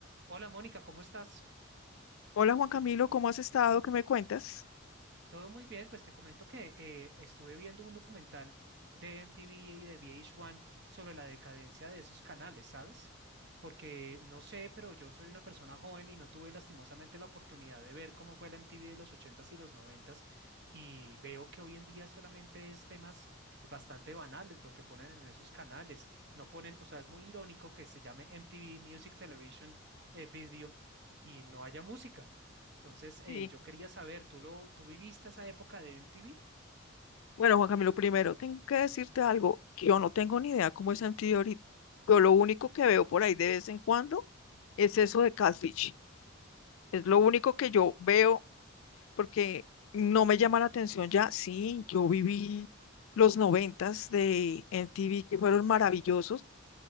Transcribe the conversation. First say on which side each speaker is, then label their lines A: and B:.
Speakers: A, on the right; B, on the left.
A: Hola Mónica, ¿cómo estás?
B: Hola Juan Camilo, ¿cómo has estado? ¿Qué me cuentas?
A: Todo muy bien, pues te comento que eh, estuve viendo un documental de MTV y de VH1 sobre la decadencia de esos canales, ¿sabes? Porque no sé, pero yo soy una persona joven y no tuve lastimosamente la oportunidad de ver cómo fue la MTV de los ochentas y los noventas y veo que hoy en día solamente es temas bastante banales lo que ponen en esos canales. No ponen, o sea, es muy irónico que se llame MTV Music Television eh, Video y no haya música. Entonces, eh,
B: Sí,
A: yo quería saber, ¿tú lo, tú viviste esa época de MTV?
B: Bueno, Juan Camilo, primero tengo que decirte algo. que Yo no tengo ni idea cómo es Antioquia ahorita. Yo lo único que veo por ahí de vez en cuando es eso de Catfish. Es lo único que yo veo porque no me llama la atención ya. Sí, yo viví los noventas de MTV que fueron maravillosos.